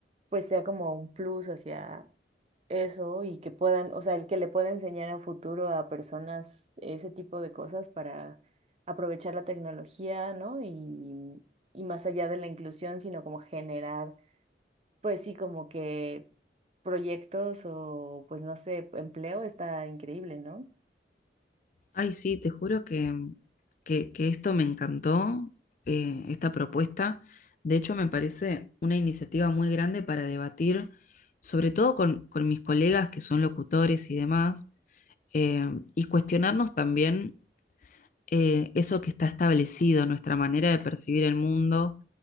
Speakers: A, on the right; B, on the left.
A: pues sea como un plus hacia eso y que puedan, o sea, el que le pueda enseñar en futuro a personas ese tipo de cosas para aprovechar la tecnología, ¿no? Y, y más allá de la inclusión, sino como generar, pues sí, como que proyectos o pues no sé, empleo está increíble, ¿no?
B: Ay, sí, te juro que, que, que esto me encantó, eh, esta propuesta. De hecho, me parece una iniciativa muy grande para debatir, sobre todo con, con mis colegas que son locutores y demás, eh, y cuestionarnos también eh, eso que está establecido, nuestra manera de percibir el mundo,